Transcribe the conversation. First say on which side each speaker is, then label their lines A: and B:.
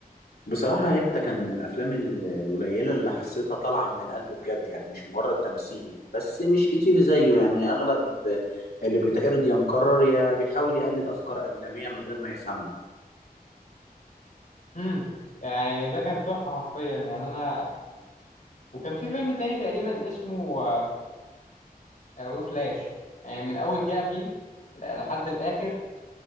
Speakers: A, on the left (about 75°); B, on the left (about 55°).
A: بصراحة هيبتا كان من الأفلام ال- القليلة اللي حسيتها طالعة من القلب بجد يعني مش مجرد تمثيل بس مش كتير زيه يعني أغلب اللي بيتعرض يا مكرر يا بيحاول يقلد أفكار أجنبية من غير ما يفهمها
B: امم يعني ده كان تحفة حرفيا يعني أنا وكان في فيلم تاني تقريبا اسمه آه، وفلاش يعني من أول دقيقة فيه لحد الآخر